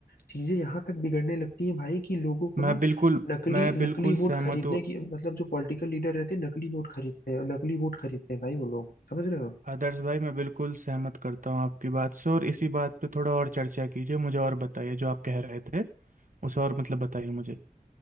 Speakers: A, on the left; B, on the right.
A: चीजें यहाँ तक बिगड़ने लगती हैं भाई कि लोगों को
B: मैं
A: ना
B: बिल्कुल
A: नकली
B: मैं
A: नकली
B: बिल्कुल
A: वोट
B: सहमत
A: खरीदने
B: हूँ
A: की मतलब जो पॉलिटिकल लीडर रहते हैं नकली नोट खरीदते हैं और नकली वोट खरीदते हैं भाई वो लोग समझ रहे हो
B: आदर्श भाई मैं बिल्कुल सहमत करता हूँ आपकी बात से और इसी बात पे थोड़ा और चर्चा कीजिए मुझे और बताइए जो आप कह रहे थे उसे और मतलब बताइए मुझे